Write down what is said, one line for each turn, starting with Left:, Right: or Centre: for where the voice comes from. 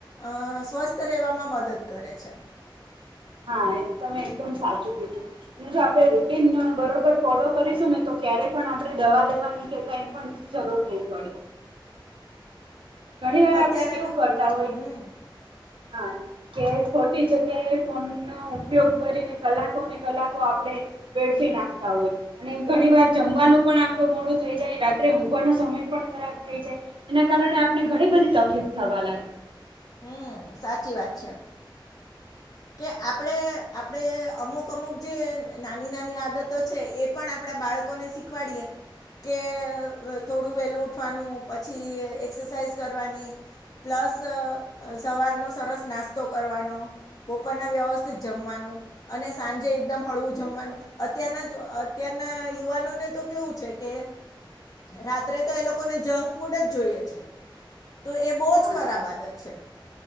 Left: અહ સ્વસ્થ રહેવામાં મદદ કરે છે.
Right: હા એ જ તમે એકદમ સાચું કીધું. અને જો આપણે રૂટીન બરોબર ફોલો કરીશું ને તો ક્યારે પણ આપણે દવા લેવાની કે કાંઈ પણ જરૂર નહીં પડે. ઘણી વાર
Left: અત્યારે
Right: આપણે કેવું
Left: તો
Right: કરતા હોય,
Left: હમ
Right: હા. કે ખોટ ટી જગ્યાએ ફોનનો ઉપયોગ કરીને કલાકોને કલાકો આપણે વેડફી નાખતા હોય. અને ઘણી વાર જમવાનું પણ આપણું મોડું થઈ જાય, રાત્રે ઊંઘવાનો સમય પણ ખરાબ થઈ જાય. એના કારણે આપને ઘણી બધી તકલીફ થવા લાગે.
Left: હમ્મ સાચી વાત છે. કે આપણે-આપણે અમુક-અમુક જે નાની-નાની આદતો છે, એ પણ આપણા બાળક કો ને શીખવાડીએે. કે વ થોડું વહેલું ઉઠવાનું, પછી એક્સરસાાઈઝ કરવાની પ્લસ અહ સવારનો સરસ નાસ્તો કરવાનો. બપોરના વ્યવસ્થિત જમવાનું. અને સાંજે એકદમ હળવું જમવાનું. અત્યારના જો અત્યારના યુવાનોને તો કેવું છે કે રાત્રે તો એ લોકોને જંક ફૂડ જ જોઈએ છે. તો એ બોવ જ
Right: હા
Left: ખરાબ આદત છે.